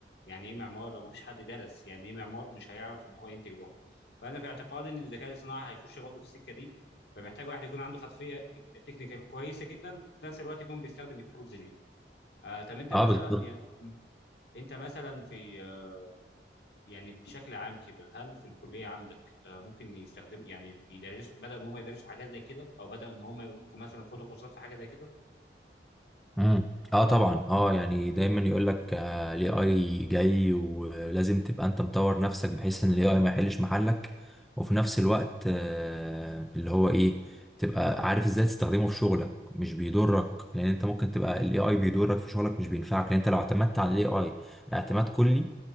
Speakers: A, on the left (about 65°); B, in the centre.
A: يعني إيه معمار لو ما فيش حد درس يعني إيه معمار مش هيعرف إن هو ينتج لوحده فأنا في اعتقادي إن الذكاء الاصطناعي هيخش برضه في السكة دي فمحتاج واحد يكون عنده خلفيه تك- تكنيكال كويسه جدا وفي نفس الوقت يكون بيستخدم التولز دي آه طب انت
B: اه
A: مثلا
B: بالظبط
A: يعني انت مثلا في آه، يعني بشكل عام كده هل في الكليه عندك آه ممكن يستخدم يعني بيدرسوا بدأوا ان هم يدرسوا حاجات زي كده او بدأوا ان هم يقولوا لكم مثلا خدوا كورسات في حاجه زي كده
B: امم اه طبعا اه يعني دايما يقول لك الاي اي جاي ولازم تبقى انت مطور نفسك بحيث ان الاي اي ما يحلش محلك وفي نفس الوقت آه اللي هو ايه تبقى عارف ازاي تستخدمه في شغلك مش بيضرك لان انت ممكن تبقى الاي اي بيضرك في شغلك مش بينفعك لان انت لو اعتمدت على الاي اي اعتماد كلي